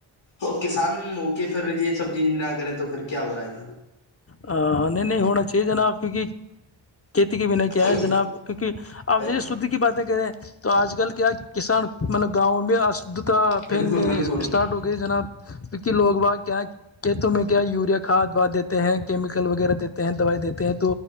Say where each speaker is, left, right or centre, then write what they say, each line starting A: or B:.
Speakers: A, on the left; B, on the left.
A: تو کسان اوکے پ رجے سبزی نہ کریں تو پھر کیا ہو رہا ہے تھا
B: ہاں نہیں نہیں ہونا چاہیے نابپ کیونکہ کھیتی کے بنا کیا
A: پھر
B: ہے جناب کیونکہ اب
A: بھائی
B: جیسے شدھ کی باتیں کریں تو آج کل کیا کسان مطلب گاؤں میں اشدھتا
A: بالکل
B: پھیلنے
A: بالکل
B: اسٹارٹ ہو گئی جناب کیکہ لوگ با کیا کہ تمہیں کیا یوریا کھاد دوا دیتے ہیں کیمیکل وغیرہ دیتے ہیں دوائی دیتے ہیں